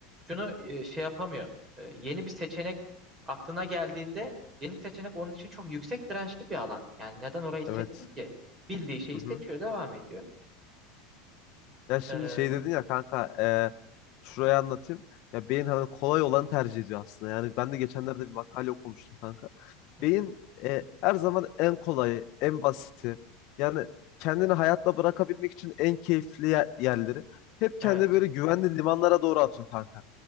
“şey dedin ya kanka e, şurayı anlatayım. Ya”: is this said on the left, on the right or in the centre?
Left